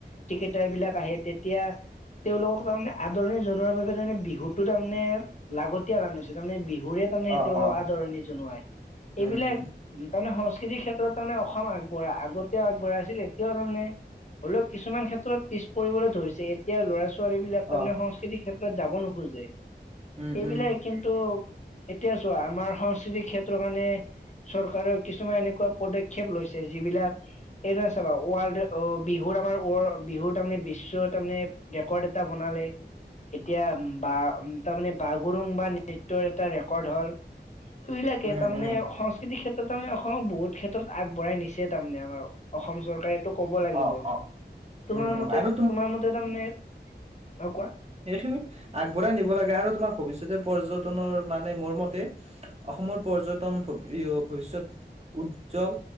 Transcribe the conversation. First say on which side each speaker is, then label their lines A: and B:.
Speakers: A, on the left; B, on the right.
A: ক্ৰিকেটাৰবিলাক আহে, তেতিয়া তেওঁলোকক তাৰমানে আদৰণি জনোৱাৰ বাবে তাৰমানে বিহুটো তাৰমানে লাগতিয়াল হেন হৈছে তাৰমানে বিহুৰে তাৰমানে তেওঁলোকক
B: অ অ
A: আদৰণি জনোৱাই,
B: উম
A: এইবিলাক
B: উম
A: তাৰমানে সংস সংস্কৃতি ক্ষেত্ৰত তাৰমানে অসম আগবঢ়া, আগতেও আগবঢ়া আছিল এতিয়াও তাৰমানে হ'লেও কিছুমান ক্ষেত্ৰত পিছ পৰিবলৈ ধৰিছে এতিয়া ল'ৰা ছো ছোৱালীবিলাক তাৰমানে
B: অ
A: সংস্কৃতি ক্ষেত ত যাব নোখোজে।
B: উম
A: এইবিলাক
B: উম
A: কিন্তু এতিয়া চোৱা আমাৰ সংস্কৃতিৰ ক্ষেত্ৰৰ কাৰণে চৰকাৰেও কিছুমান এনেকুৱা পদক্ষেপ লৈছে যিবিলাক এতিয়া চাবা ৱৰ্ল্ড অ বিহুৰ আমাৰ ৱৰ্ল বিহুৰ তাৰমানে বিশ্ব তাৰমানে ৰেকৰ্ড এটা বনালে। এতিয়া উম বা উম তাৰমানে বাগৰুম্বা নৃত্য এটা ৰে কৰ্দ হ'ল। তাৰমানে
B: উম উম
A: সংস্কৃতিৰ ক্ষেত্ৰত তাৰমানে অসমক বহুত ক্ষেত্ৰত আগ বঢ়াই নিছে তাৰমানে আমাৰ অসম চৰকাৰেটো ক'ব লাগিব
B: অ অ
A: তোমাৰ
B: উম উম
A: মতে
B: আৰু
A: তোমাৰ মতে তাৰমানে অ কোৱা
B: সেইখিনি আগবঢ়াই নিব লাগে, আৰু তোমাৰ ভৱিষ্যতে পৰ্যট টনৰ মানে মোৰ মতে অসমৰ পৰ্যটন <unintelligible> ভৱিষ্যৎ উজ্জ্বল